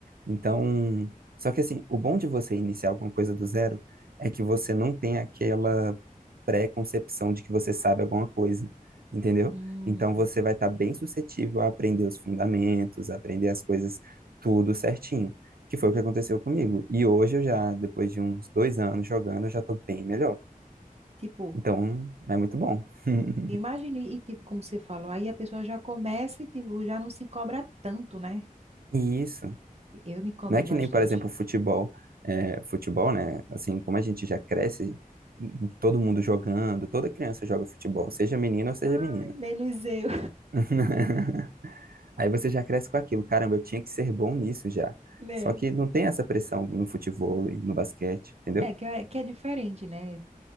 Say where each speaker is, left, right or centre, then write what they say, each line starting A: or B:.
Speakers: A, on the right (about 80°); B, on the right (about 45°).
A: Então, só que assim, o bom de você iniciar alguma coisa do zero é que você não tem aquela pré-concepção de que você sabe alguma coisa, entendeu?
B: Hum,
A: Então você vai estar bem suscetível a aprender os fundamentos, a aprender as coisas tudo certinho, que foi o que aconteceu comigo. E hoje eu já, depois de uns dois anos jogando, eu já estou bem melhor.
B: tipo,
A: Então é muito bom. <laughs>
B: imagine, e tipo, como você falou, aí a pessoa já começa e tipo, já não se cobra tanto, né?
A: E isso
B: Eu me cobro
A: não é
B: bastante.
A: que nem, por exemplo, futebol. É, futebol, né? Assim, como a gente já cresce, todo mundo jogando, toda criança joga futebol, seja menino ou seja
B: Ai,
A: menina.
B: menos eu,
A: <laughs> Aí você já cresce com aquilo. Caramba, eu tinha que ser bom nisso já.
B: <laughs> né?
A: Só que não tem essa pressão no futebol, no basquete, entendeu?
B: É que é, que é diferente, né?